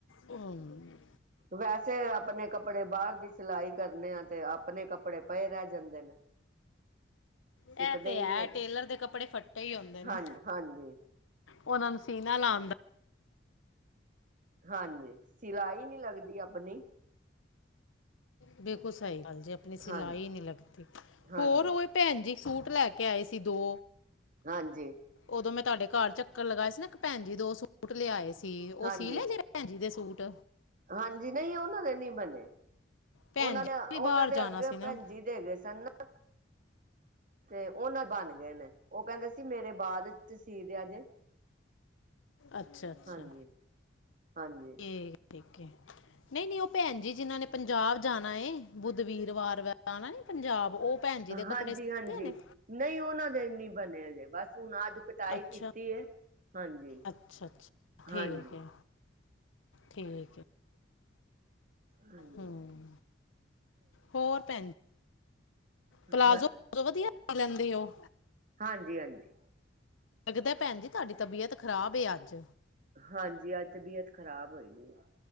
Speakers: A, on the left (about 90°); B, on the right (about 45°).
A: ਹੂੰ, <unintelligible>
B: ਵੈਸੇ ਆਪਣੇ ਕੱਪੜੇ ਬਾਹਰ ਦੀ ਸਿਲਾਈ ਕਰਨੇ ਆ, ਤੇ ਆਪਣੇ ਕੱਪੜੇ ਪਏ ਰਹਿ ਜਾਂਦੇ ਨੇ। ਸਿਪਦੇ
A: ਐਹ ਤੇ
B: ਹੀ
A: ਹੈ
B: ਨਹੀਂ ਹੈਗੇ
A: ਟੇਲਰ ਦੇ ਕੱਪੜੇ ਫੱਟੇ ਈ ਹੁੰਦੇ ਨੇ
B: ਹਾਂਜੀ ਹਾਂਜੀ
A: ਉਹਨਾ ਨੂੰ ਸੀਨਾ ਲਾਂ ਦਾ
B: ਹਾਂਜੀ, ਸਿਲਾਈ ਨੀ ਲੱਗਦੀ ਆਪਨੀ
A: ਬਿਲਕੁਲ ਸਹੀ ਗੱਲ ਜੀ, ਆਪਣੀ ਸਿਲਾਈ
B: ਹਾਂਜੀ
A: ਨੀ ਲੱਗਦੀ
B: ਹਾਂਜੀ
A: ਹੋਰ ਉ ਭੈਬ ਜੀ ਸੂਟ ਲੈ ਕੇ ਆਏ ਸੀ ਦੋ,
B: ਹਾਂਜੀ
A: ਉਦੋਂ ਮੈਂ ਤੁਹਾਡੇ ਘਰ ਚੱਕਰ ਲਗਾਇਆ ਸੀ, ਨਾ ਇੱਕ ਭੈਨ ਜੀ ਦੋ ਸੂਟ ਲਿਆਏ ਸੀ ਉਹ
B: ਹਾਂਜੀ
A: ਸੀ ਲੈ ਜੇ ਭੈਨ ਜੀ ਦੇ ਸੂਟ
B: ਹਾਂਜੀ, ਨਹੀਂ ਉਹਨਾਂ ਦੇ ਨੀ ਬਣੇ
A: ਭੈਣ
B: ਉਹਨਾਂ
A: ਜੀ
B: ਨੇ ਉਹਨਾਂ
A: ਵੀ ਬਾਹਰ
B: ਦੇ
A: ਜਾਣਾ
B: ਅੱਗੇ
A: ਸੀ ਨਾ
B: ਭੈਨਜੀ ਦੇ ਹੈਗੇ ਸਨ। ਤੇ ਉਹ ਨਾ ਬਣ ਗਏ ਨੇ, ਉਹ ਕਹਿੰਦੇ ਸੀ ਮੇਰੇ ਬਾਅਦ ਤਸੀਦ ਆ ਜੇ।
A: ਅੱਛਾ-ਅੱਛਾ
B: ਹਾਂਜੀ ਹਾਂਜੀ
A: ਠੀਕ-ਠੀਕ ਹੈ। <unintelligible> ਨਹੀਂ-ਨਹੀਂ, ਉਹ ਭੈਨ ਜੀ ਜਿਨਾਂ ਨੇ ਪੰਜਾਬ ਜਾਣਾ ਏ ਬੁੱਧਵੀਰ ਵਾਰ ਆਣਾ ਨੀ ਪੰਜਾਬ ਉਹ ਭੈਣ ਜੀ ਦੇ ਕੱਪੜੇ
B: ਹਾਂਜੀ
A: ਸਿਤੇ
B: ਹਾਂਜੀ
A: ਹੋਏ <unintelligible> ਨੇ।
B: ਨਹੀਂ ਉਹਨਾਂ ਦੇ ਨੀ ਬਣੇਜੇ ਬਸ ਹੁਣ ਅੱਜ, ਕਟਾਈ
A: ਅੱਛਾ
B: ਕੀਤੀ ਹੈ, ਹਾਂਜੀ-ਹਾਂਜੀ
A: ਅੱਛਾ ਅੱਛਾ ਠੀਕ ਹੈ ਠੀਕ ਹੈ
B: ਹਾਂਜੀ
A: ਹੂੰ ਹੋਰ ਭੈਣ ਪਲਾਜ਼ੋ
B: ਹਾਂ
A: ਵਧੀਆ, ਬਣਾ ਲੈਂਦੇ ਓ
B: ਹਾਂਜੀ-ਹਾਂਜੀ
A: ਲੱਗਦਾ ਭੈਣ ਜੀ, ਤੁਹਾਡੀ ਤਬੀਅਤ ਖ਼ਰਾਬ ਏ ਅੱਜ
B: ਹਾਂਜੀ, ਅੱਜ ਤਬੀਅਤ ਖ਼ਰਾਬ ਹੋਈਗੀ।